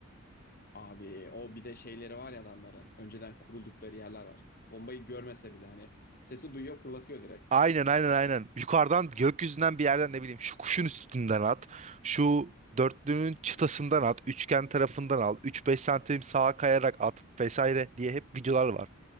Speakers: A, on the left; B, on the right.
A: Abi o bir de şeyleri var ya adamların. Önceden kuruldukları yerler var. Bombayı görmese bile hani sesi duyuyor fırlatıyor direkt.
B: Aynen aynen aynen. Yukarıdan gökyüzünden bir yerden ne bileyim şu kuşun üstünden at. Şu dörtlünün çıtasından at. Üçgen tarafından al. üç beş santim sağa kayarak at vesaire diye hep videolar var.